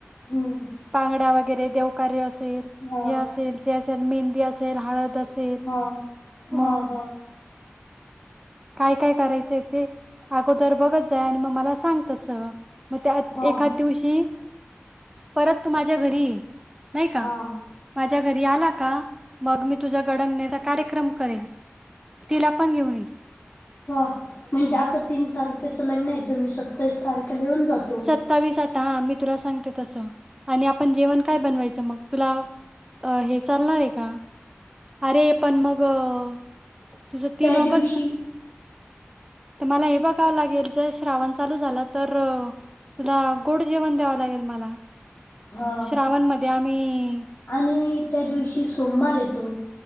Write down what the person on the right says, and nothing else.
टांगड्या वगैरे देवकार्य असेल,
हे असेल, ते असेल, मेहंदी असेल, हळद असेल.
मग
काय काय करायचं आहे ते अगोदर बघत जा आणि मग मला सांग तसं. मग त्यात
एखाद दिवशी परत तू माझ्या घरी ये नाही का?
माझ्या घरी आला का मग मी तुझा गडंयाचा कार्यक्रम करेन. तिला पण घेऊन ये.
सत्तावीस आठ हा मी तुला सांगते तसं आणि आपण जेवण काय बनवायचं मग तुला हे चालणार आहे का? अरे पण मगं तुझ तीन
ऑगस्ट
ला तर मला हे बघावं लागेल जर श्रावण चालू झाला तर तुला गोड जेवण द्याव लागेल मला.
श्रावणमध्ये आम्ही